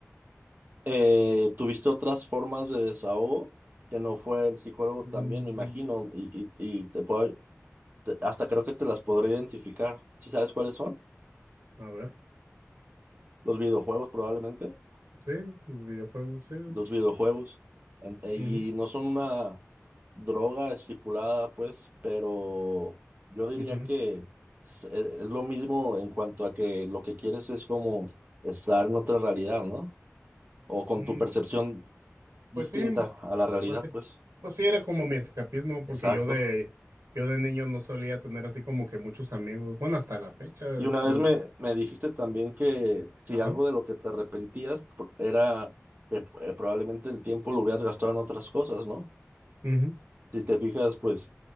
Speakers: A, on the right (about 40°); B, on the right (about 80°).
A: eh, tuviste otras formas de desahogo que no fue el psicólogo
B: Mm,
A: también, me imagino, y, y, y te puedo, te- hasta creo que te las podré identificar. ¿Sí sabes cuáles son?
B: A ver,
A: Los videojuegos probablemente.
B: sí, los videojuegos, sí.
A: Los videojuegos. En- eh, y
B: sí, sí.
A: no son una droga estipulada, pues, pero yo diría
B: Ujú, ujú.
A: que es, es- es lo mismo en cuanto a que lo que quieres es como estar en otra realidad, ¿no? O con
B: Mm,
A: tu percepción distinta
B: Pues sí,
A: a la realidad,
B: pues sí.
A: pues.
B: Pues sí, era como mi escapismo, porque
A: Exacto.
B: yo de, yo de niño no solía tener así como que muchos amigos. Bueno, hasta la fecha,
A: Y
B: esos-
A: una vez me, me dijiste también que si
B: ajá.
A: algo de lo que te arrepentías por- era que eh, probablemente el tiempo lo hubieras gastado en otras cosas, ¿no?
B: Ujú,
A: Si te fijas, pues